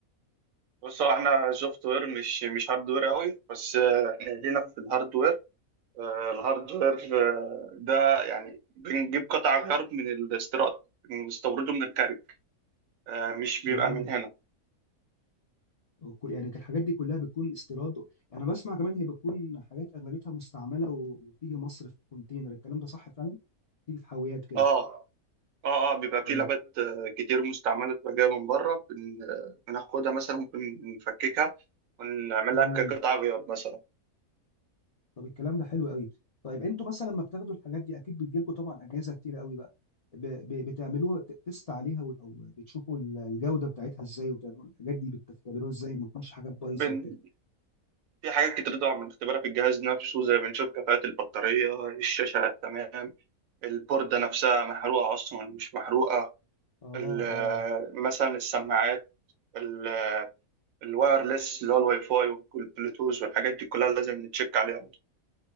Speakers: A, on the right; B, on the left.
A: بص هو احنا سوفت وير مش مش هاردوير قوي بس آه، احنا لينا في الهاردوير آه، الهاردوير آه، ده يعني بنجيب قطع غيار من الاستيراد بنستورده من الخارج آه، مش
B: اه
A: بيبقى من هنا
B: وكل- يعني الحاجات دي كلها بتكون استيراد انا بسمع كمان هي بتكون حاجات اغلبيتها مستعمله و- وتيجي مصر في كونتينر الكلام ده صح فعلا تيجي في حاويات كده
A: اه اه اه بيبقى في
B: اه
A: لابات آه، كتير مستعمله بتبقى جايه من بره بن- آه، بناخدها مثلا ممكن نفككها ونعملها
B: امم
A: كقطع غيار مثلا
B: طب الكلام ده حلو قوي طيب انتوا مثلا لما بتاخدوا الحاجات دي اكيد بتجيلكوا طبعا اجهزه كتير قوي بقى ب... ب... بتعملوها ت- تست عليها و- او بتشوفوا ال- الجوده بتاعتها ازاي وبتعملوا الحاجات دي بتختبروها ازاي ما تكونش حاجات بايظه
A: بن...
B: وكده
A: في حاجات كتير طبعا بنختبرها في الجهاز نفسه زي بنشوف كفاءة البطارية الشاشة تمام البوردة نفسها محروقة أصلا مش محروقة
B: اه
A: ال-
B: اه
A: مثلا السماعات ال- الوايرلس اللي هو الواي فاي والبلوتوث والحاجات دي كلها لازم نتشيك عليها